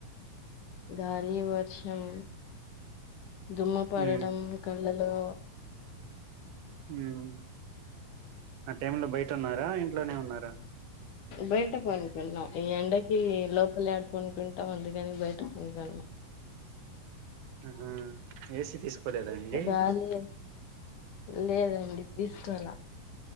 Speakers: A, on the left; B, on the right.
A: గాలి వర్షం దుమ్మ పడడం
B: ఉమ్
A: కలల్ లో
B: మ్మ్ టైమున బయట ఉన్నారా ఇంట్లోనే ఉన్నారా
A: బయట పనుకున్నాం ఈ ఎండకి లోపలేడ పన్కుంకుంటాం అందుకని బయట పన్కున్నాం
B: హు హుమ్మ్ ఏసి తీస్ పోలేదండి
A: గాలి లేదండి తీస్కోలా